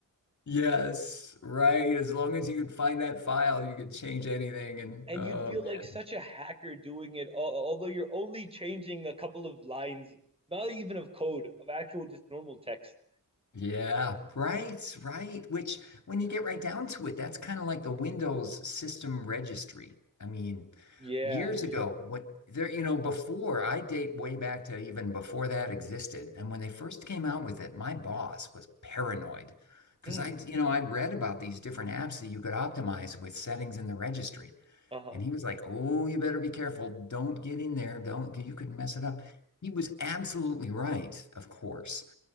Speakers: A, on the left (about 55°); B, on the right (about 15°).
A: Yes, right. As long as you could find that file, you could change anything. And
B: and
A: oh
B: you'd feel like
A: man,
B: such a hacker doing it, al- although you're only changing a couple of lines, not even of code, of actual just normal text.
A: Yeah, right, right. Which, when you get right down to it, that's kind of like the Windows system registry. I mean,
B: Yeah,
A: years
B: yeah.
A: ago, what there, you know, before I date way back to even before that existed. And when they first came out with it, my boss was paranoid because
B: Hmm.
A: I, you know, I'd read about these different apps that you could optimize with settings in the registry.
B: uh-huh.
A: And he was like, "Oh, you better be careful. Don't get in there. Don't, 'cause you could mess it up." He was absolutely right, of course.